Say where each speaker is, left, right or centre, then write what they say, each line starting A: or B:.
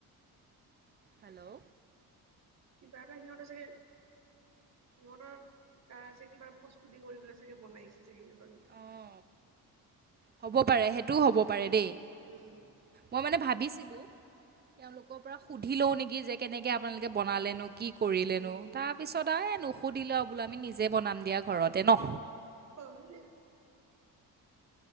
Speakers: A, on the right; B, on the right.
A: হেল্ল',
B: কি এটা হিহতে চাগে সিহতৰ তাৰছে কিবা প্ৰস্তুতি কৰিবলৈ চাগে বনাইছে চাগে সিহতৰ
A: অঁ হ'ব পাৰে সেইটোও হ'ব পাৰে দেই
B: উম
A: মই মানে ভাবিছিলো। তেওলোকৰ পৰা সুধি লও নেকি যে কেনেকৈ আপোনালোকে বনালেনো। কি কৰিলেনো
B: উম উম
A: তাৰ পিছত আ নুসুধিলো বোলো আমি নিজে বনাম দিয়া ঘৰতে ন।
B: হয় দিয়া।